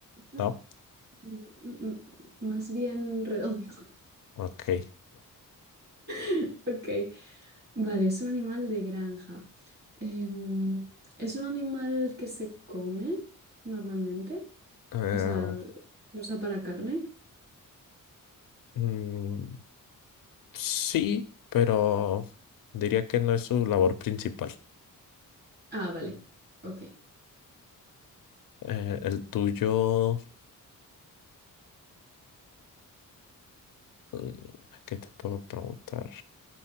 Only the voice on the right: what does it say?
no,
mm, mm, mm, mm, más bien redondo.
<laughs> Ok. Vale, es un animal de granja. Em, ¿es un animal que se come normalmente?
O sea, ¿se usa para carne?
Ah, vale. Ok.